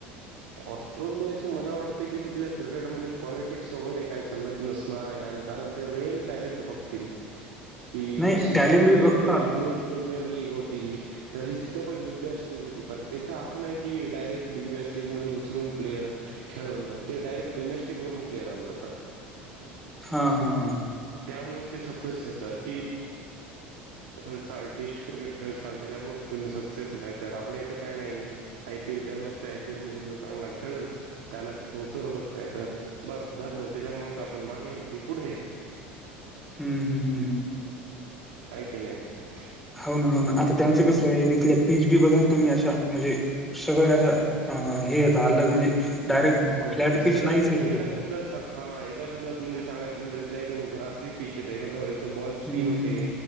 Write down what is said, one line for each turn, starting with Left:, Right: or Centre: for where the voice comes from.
Right: ऑस्ट्रेलियाची मला वाटते की तिथल्या क्रिकेटमध्ये पॉलिटिक्स वगैरे काय चालत नसणार आहे आणि कारणऽ ते रिअल टॅलेंट बघतील. कि
Centre: नाही
Right: जशी
Centre: टॅलेंट
Right: आपल्या
Centre: बी बघतात.
Right: इथे इंडियन प्रीमियर लीग होती. तशी तिथ पण बिग बेस्ट लीग होती, पण तथं नाही क डयरेट बिग बेस्टऽ लीग मधून उचलून प्लेयर खेळवण, ते डायरेक्ट डोमेस्टिक म्हणून प्लेयर आणत तरऽ
Centre: हा, हा, हा
Right: त्यामुळेच ते सक्सेस येतात कीऽ खेळसाल, टेस्ट क्रिकेट खेळसाल, त्याच्यामुळेच तुम्ही सक्सेस नाही, तर आपल्या इथं काय नाही आयपीएलऽ चालू असतय, आयपीएल मधे जो चांगला खेळल, त्याला तिथे उतरत नाही, तर बस झा त्याच्याऽ च आपण मागा येन, ती पुढे आहेत.
Centre: हम्म, हम्म, हम्म.
Right: कायकी नाही.
Centre: हो ना, हो ना, आता त्यांचं कस आहे, तिथ पीच बी बघा ना तुम्ही अशा म्हणजे, सगळ असं हे त अलग म्हणजे
Right: ते
Centre: डायरेक्ट
Right: मग,
Centre: फ्लॅट
Right: तेच
Centre: पिच
Right: तर
Centre: नाहीच आहे तिथं.
Right: एका शब्दात सांग, हा एका शब्दात म्हणजे सांगायच. म्ह तिथल्या एकदम ग्रासी पिच होते, एकदा बॉल स्पिन
Centre: हं.
Right: होते,